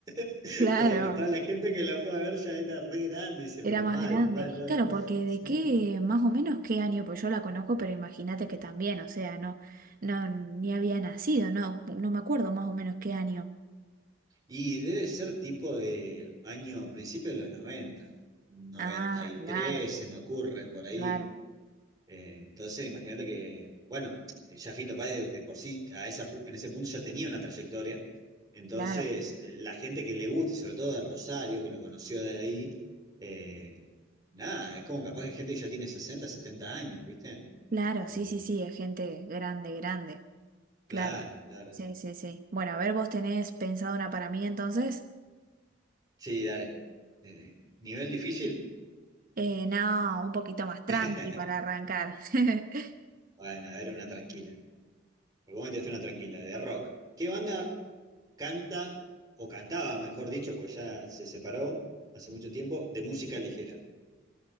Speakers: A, on the right (about 20°); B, on the right (about 50°).
A: <laughs>
B: Claro.
A: como que toda la gente que la fue a ver ya era re grande, dice,
B: Era
A: pero
B: más
A: mal,
B: grande.
A: mal, mal.
B: Claro, porque
A: Sí.
B: de qué, más o menos qué año, pues yo la conozco, pero imagínate que también, o sea, no, no, ni había nacido, no, no me acuerdo más o menos qué año.
A: Y debe ser tipo de año, principio de los noventa noventa
B: Ah,
A: y
B: claro,
A: tres se me ocurre por ahí.
B: claro,
A: Eh, entonces, imagínate que, bueno, eh, ya Fito Páez de, de por sí, a esa, pu- en ese punto ya tenía una trayectoria. Entonces,
B: claro,
A: eh, la gente que le gusta, y sobre todo de Rosario, que lo conoció de ahí, eh, nada, es como capaz que gente que ya tiene 60 70 años, ¿viste?
B: claro,
A: Y
B: sí, sí, sí, es gente grande, grande,
A: claro,
B: claro.
A: claro,
B: Sí,
A: claro.
B: sí, sí. Bueno, a ver, vos tenés pensado una para mí entonces.
A: Sí, dale. Eh, ¿nivel difícil?
B: Eh, no, un poquito más tranqui
A: <laughs>
B: para arrancar. <laughs>
A: Bueno, a ver, una tranquila. Por vos me tiraste una tranquila, de rock. ¿Qué banda canta, o cantaba, mejor dicho, porque ya se separó hace mucho tiempo, de música ligera.